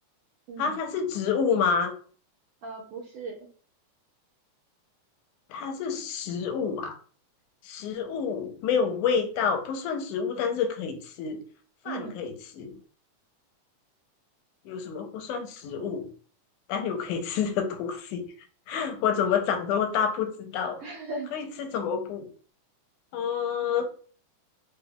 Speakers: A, on the right; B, on the left.
A: 嗯，
B: 啊，它是植物吗？
A: 呃，不是。
B: 它是食物啊，食物没有味道，不算食物，但是可以吃，饭可以吃。
A: 嗯，
B: 有什么不算食物？但有可以吃的东西。<laughs> 我怎么长这么大不知道，
A: <laughs>
B: 可以吃怎么不？嗯，